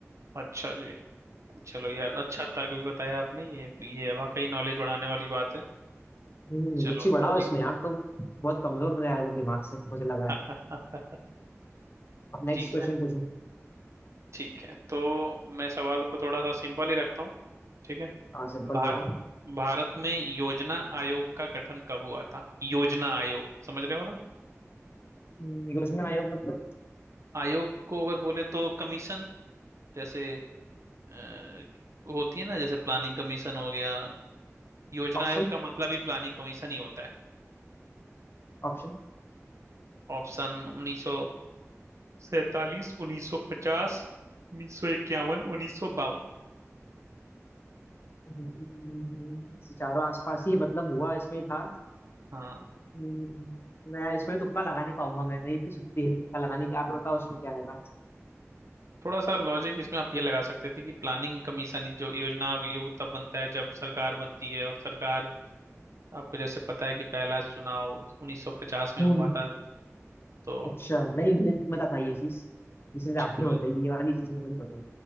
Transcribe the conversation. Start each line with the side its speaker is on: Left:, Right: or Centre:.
Right: अच्छा जी चलो यार अच्छा तर्क भी बताया आपने ये ये वाकई नॉलेज बढ़ाने वाली बात है
Left: हम्म,
Right: चलो
Left: रुचि बढ़ाओ
Right: तो
Left: इसमें
Right: एक
Left: यार तुम बहुत कमजोर तो यार हो तुम दिमाग से मुझे लगा है
Right: <laughs>
Left: अब नेक्स्ट
Right: ठीक
Left: क्वेश्चन
Right: है
Left: पूछो
Right: ठीक है तो मैं सवाल को थोड़ा सा सिंपल ही रखता हूँ ठीक है
Left: हाँ सिंपल
Right: भार,
Left: रहो
Right: भारत में योजना आयोग का गठन कब हुआ था योजना आयोग समझ रहे हो ना
Left: हम्म, योजना आयोग मतलब
Right: आयोग को अगर बोले तो कमीशन जैसे अ, होती है ना जैसे प्लानिंग कमीशन हो गया योजना
Left: Option
Right: आयोग का मतलब ही प्लानिंग कमीशन ही होता है
Left: option
Right: ऑप्शन उन्नीस सौ सैतालीस उन्नीस सौ पचास उन्नीस सौ इक्यावन उन्नीस सौ बावन
Left: हम्म, चारों आसपास ही मतलब हुआ इसमें ही था
Right: हाँ,
Left: हम्म, मैं इसमें तुक्का लगा नहीं पाऊंगा मैं मेरी इतनी शक्ति है तुक्का लगाने की आप बताओ उसमें क्या होगा आंसर
Right: थोड़ा सा लॉजिक इसमें आप ये लगा सकते थे कि प्लानिंग कमीशन जो योजना आयोग तब बनता है जब सरकार बनती है और सरकार आपको जैसे पता है कि पहला चुनाव 1950 में
Left: हम्म
Right: हुआ था तो
Left: अच्छा नहीं मुझे मत आता ये चीज जिसे
Right: ठीक
Left: आपने
Right: है
Left: बताई ये वाली चीज मुझे नहीं पता